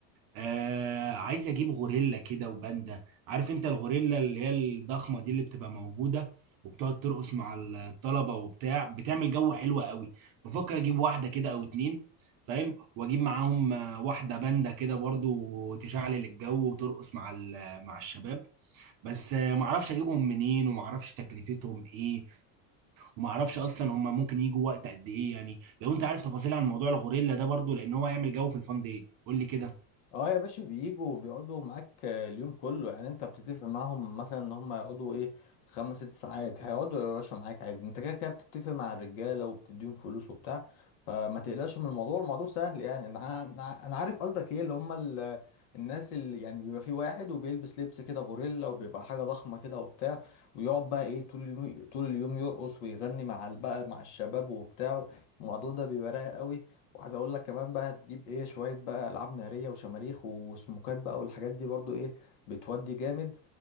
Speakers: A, on the right; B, on the left.
A: آه عايز اجيب غوريلا كده وباندا عارف انت الغوريلا اللي هي الضخمه دي اللي بتبقى موجوده وبتقعد ترقص مع الطلبه وبتاع بتعمل جو حلو قوي بفكر اجيب واحده كده او اتنين فاهم واجيب معاهم آه، واحده باندا كده برضو تشعلل الجو وترقص مع ال- مع الشباب بس آه، معرفش اجيبهم منين ومعرفش تكلفتهم ايه ومعرفش اصلا هم ممكن يجوا وقت قد ايه يعني لو انت عارف تفاصيل عن موضوع الغوريلا ده برضو لان هو هيعمل جو في الفان دي قول لي كده
B: اه يا باشا بيجوا بيقعدوا معاك آه، اليوم كله يعني انت بتتفق معاهم مثلا ان هم يقعدوا ايه خمس ست ساعات هيقعدوا يا باشا معاك عادي انت كده كده بتتفق مع الرجاله وبتديهم فلوس وبتاع فما تقلقش من الموضوع الموضوع سهل يعني انا انا أنا عارف قصدك ايه اللي هم ال- الناس اللي يعني بيبقى في واحد وبيلبس لبس كده غوريلا وبيبقى حاجه ضخمه كده وبتاع ويقعد بقى ايه طول اليوم طول اليوم يرقص ويغني مع ال- بقى مع الشباب وبتاع الموضوع ده بيبقى رايق قوي وعايز اقول لك كمان بقى هتجيب ايه شويه بقى العاب ناريه وشماريخ وسموكات بقى والحاجات دي برضو ايه بتودي جامد